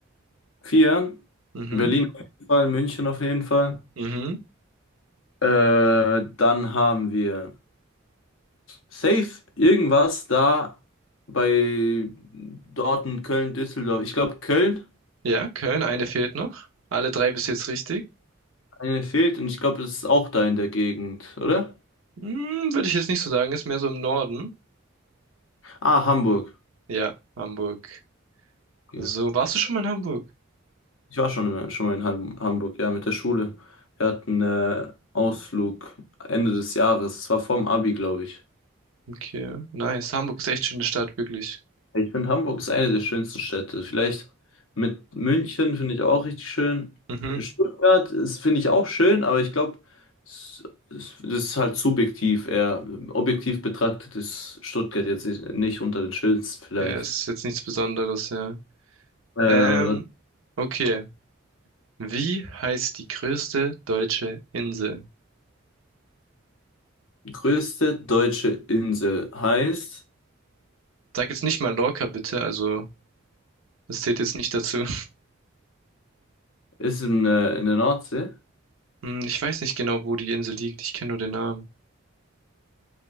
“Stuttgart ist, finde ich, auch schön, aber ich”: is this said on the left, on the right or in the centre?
Left